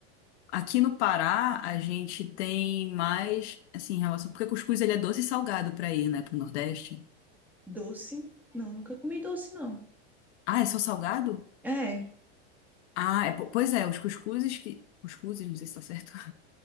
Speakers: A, on the left; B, in the centre.
A: Aqui no Pará, a gente tem mais, assim, em relação. Porque cuscuz ele é doce e salgado pra ir, né, pro Nordeste.
B: doce? Não, nunca comi doce, não.
A: Ah, é só salgado?
B: É,
A: Ah, é, po- pois é, os cuscuzes que. Cuscuzes, não sei se tá certo.